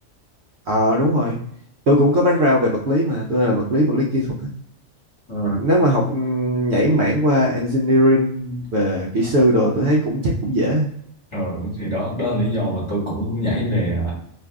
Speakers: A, on the right (about 65°); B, on the left (about 20°).
A: ờ đúng rồi tôi cũng có background về vật lý mà tôi là vật lý vật lý kỹ thuật á.
B: Ừ.
A: nếu mà học ừm, nhảy mảng qua engineering về kỹ sư đồ tôi thấy cũng chắc cũng dễ
B: Ừ. thì đó đó là lý do mà tôi cũng nhảy về ờ,